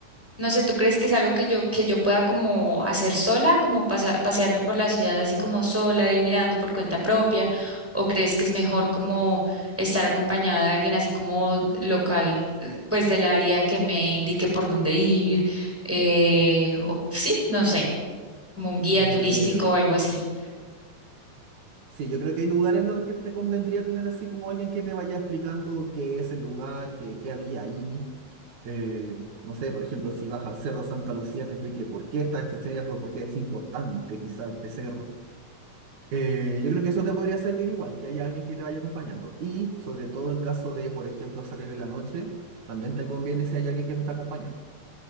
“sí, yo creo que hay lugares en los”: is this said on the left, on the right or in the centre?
Right